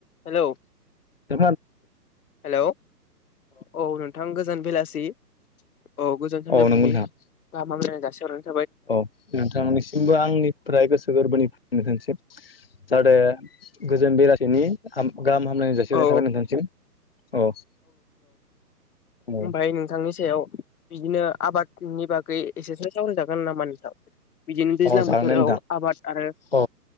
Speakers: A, on the left; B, on the left.
A: हेल'
B: अ
A: हेल' औ नोंथां गोजोन बेलासि औ गोजोन सानजौफुनि
B: नंगौ नोंथां
A: गाहाम हामलायनाय जासि हरबाय
B: औ नोंथांनिसिमबो आंनिफ्राय गोसो गोरबोनि <unintelligible> जाहाथे गोजोन बेलासिनि उम गाहाम हामलायनाय जासिबाय
A: औ
B: थाबाय नोंथांसिम औ औ
A: ओमफ्राय नोंथांनि सायाव बिदिनो आबादनि बागै एसेसो जागोन नामा नोंथां बिदिनो दैज्लां
B: अ जागोन
A: बोथोराव
B: दे नोंथां
A: आबाद आरो
B: अ